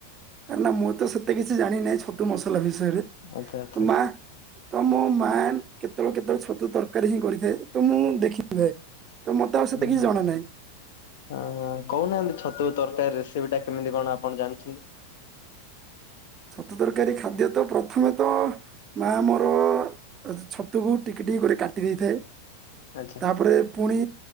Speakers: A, on the right; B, on the left.
A: ନା ମୁଁ ତ ସେତେ କିଛି ଜାଣିିନାହିଁ ଛତୁ ମସଲା ବିଷୟ
B: ଆଚ୍ଛା ଆଚ୍ଛା
A: ମା ତ ମୋ ମା କେତେବେଳ କେତେବେଳେ ଛତୁ ତରକାରୀ ହିଁ କରିଥାଏ ତ ମୁଁ ଦେଖିଥାଏ ତ ମତେ ଆଉ ସେତେ
B: ହଁ
A: କିଛି ଜଣା ନାହିଁ
B: ହ କହୁନାହାନ୍ତି ଛତୁ ତରକାରୀ ରେସିପି ଟା କେମିତି କଣ ଆପଣ ଜାଣିଛନ୍ତି।
A: ଛତୁ ତରକାରୀ ଖାଦ୍ୟ ତ ପ୍ରଥମେ ତ ମା ମୋର ଛତୁକୁ ଟିକେ ଟିକେ କାଟି ଦେଇଥାଏ
B: ଆଚ୍ଛା
A: ତାପରେ ପୁଣି